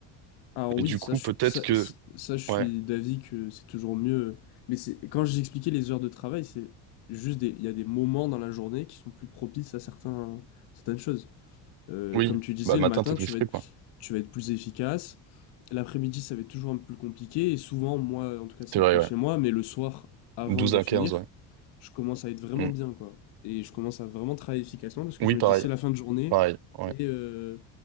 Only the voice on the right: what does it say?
Et
du
coup,
peut-être
que,
ouais,
oui,
bah, le
matin,
t'es plus
frais,
quoi.
C'est vrai,
ouais.
douze
à
quinze ouais.
Mm.
Oui,
pareil,
pareil, ouais.